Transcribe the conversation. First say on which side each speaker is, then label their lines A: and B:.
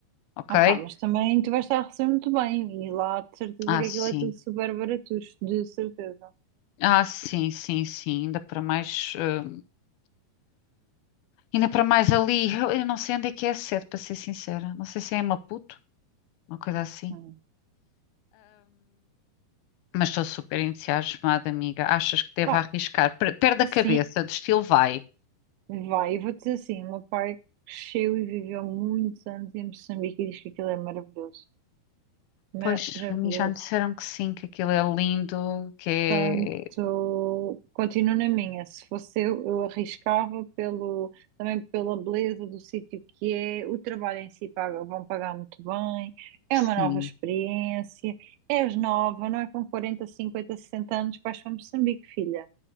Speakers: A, on the left; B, on the right.
A: ok?
B: Ah, pá, mas também tu vais estar a receber muito bem e lá de certeza
A: Ah,
B: que
A: sim.
B: aquilo é tudo super barato de certeza.
A: Ah, sim, sim, sim. Ainda para mais, eh, ainda para mais ali. Eu, eu não sei onde é que é a sede, para ser sincera. Não sei se é em Maputo, uma coisa assim.
B: Hum.
A: Mas estou super entusiasmada, amiga. Achas que devo
B: Pá,
A: arriscar? Per- Perde a
B: assim,
A: cabeça, do estilo vai.
B: Vai, eu vou-te dizer assim, o meu pai cresceu e viveu muitos anos em Moçambique e diz que aquilo é maravilhoso.
A: Pois,
B: Maravilhoso.
A: a mim já me disseram que sim, que aquilo é lindo, que é.
B: Tanto, continuo na minha, se fosse eu, eu arriscava pelo, também pela beleza do sítio que é, o trabalho em si paga, vão pagar muito bem, é
A: Sim,
B: uma nova experiência, és nova, não é com 40, 50, 60 anos que vais para Moçambique, filha.